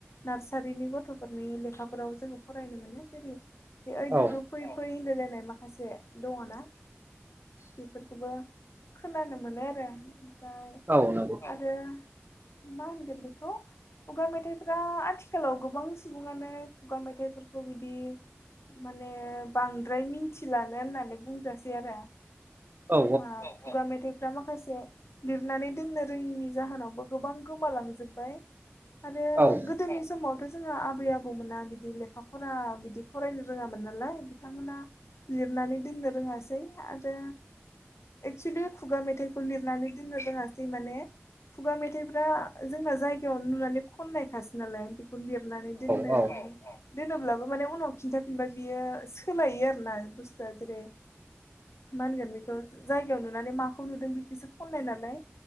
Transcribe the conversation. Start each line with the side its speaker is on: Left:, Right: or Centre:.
Left: नार्सारिनि गथ'फोरनि लेखाफोराव जोङो फरायनो मोनो। जेरै ओइ
Right: औ
Left: दु दु फैय फैय होनलायलानाय माखासे दङ ना बेफोरखौबो खोनानो मोनो आरो ओमफ्राय
Right: औ नंगौ
Left: आरो मा होनगोन बेखौ खुगा मेथाइफ्रा आथिखालाव गोबां सुबुङानो खुगा मेथाइफोरखौ बिदि माने बांद्राय मिथिलानो होननानै बुंजासै आरो
Right: औ
Left: जोंहा खुगा मेथाइफ रा माखासे लिरनानै दोननो रोङिनि जाहोनावबो गोबां गोमालांजोबबाय। आरो
Right: औ औ
Left: गोदोनि समावथ' जोंहा आबै आबौमोना बिदि लेखा फरा बिदि फरायनो रोङामोन नालाय बिथांमोना लिरनानै दोननो रोङासै आरो एक्सुलि खुगा मेथाइखौ लिरनानै दोननो रोङास सै माने खुगा मेथाइफ्रा जोंना जायगायाव नुनानै खननायखासो नालाय। गुलिरनानै दोननो।
Right: औ
Left: दोनोब्लाबो माने उनाव खिन्थाफिनबा बियो सोलायो आरोना बुस्थुआ जेरै मा होनगोन बेखौ जायगायाव नुनानै माखौ नुदों बेखोसो खननाय नालाय।